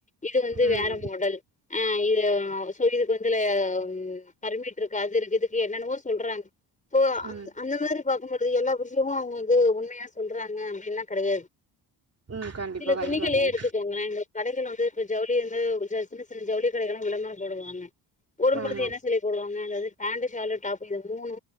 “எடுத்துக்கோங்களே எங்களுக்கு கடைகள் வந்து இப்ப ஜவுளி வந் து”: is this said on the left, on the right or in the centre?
Left